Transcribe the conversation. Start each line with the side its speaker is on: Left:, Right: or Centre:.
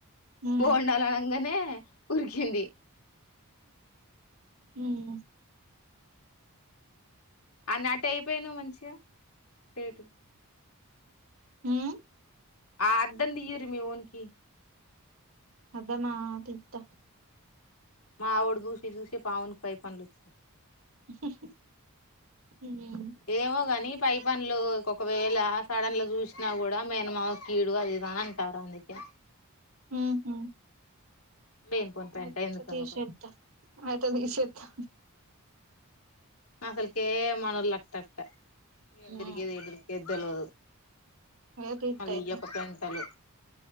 Right: ఉమ్
Left: బోండాలు అనంగానే ఉరికింది.
Right: ఉమ్.
Left: అని అటై అయిపోయినావు మంచిగా రేటు.
Right: ఉహూ.
Left: అద్దం తీయండ్రి మీ వోనికి.
Right: అద్దమా తీస్తా.
Left: మా వోడు చూసి చూసి మా వోడికి పై పళ్ళు వచ్చినాయి.
Right: ఆహ్. ఉమ్.
Left: ఏమో గాని పై పళ్ళు ఒకవేళ సడన్లో చూసినా కూడా మేనమామ కు. కీడు అదిదాంటారు అందుకే.
Right: ఉమ్ ఉహూ.
Left: లేనిపోని పెంట
Right: అయితే
Left: ఎందుకు
Right: తీసేస్తా
Left: అదొకటి
Right: అయితే తీసేస్తా.
Left: అసలుకే మనోలు అట్ట అట్ట ఎదురికిది
Right: ఉమ్
Left: ఎదురు. పెద్దలు
Right: ఏ తీత్త
Left: మళ్ళీ
Right: అయితే
Left: ఈయొక పెంటలు.